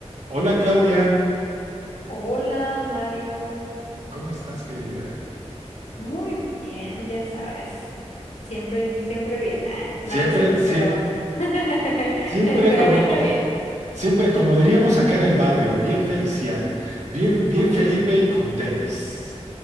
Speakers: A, on the right; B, on the left.
A: Hola Claudia,
B: Hola, Mario.
A: ¿cómo estás, querida?
B: Muy bien, ya sabes. Siempre, siempre bien. Ah,
A: Siempre,
B: no, no es cierto,
A: siem-
B: pero, <laughs>
A: siempre,
B: pero
A: como,
B: ahorita bien.
A: siempre como diríamos acá en el barrio, bien feliciana, bien, bien Felipe y con tenis,